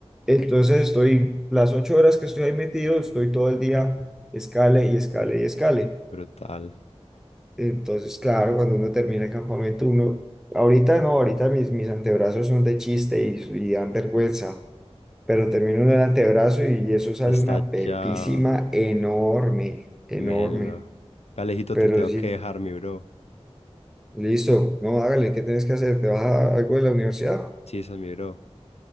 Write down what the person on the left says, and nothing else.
Brutal.
Está
ya.
Melo. Alejito,
te tengo
que dejar, mi bro.
Sí, esa es mi bro.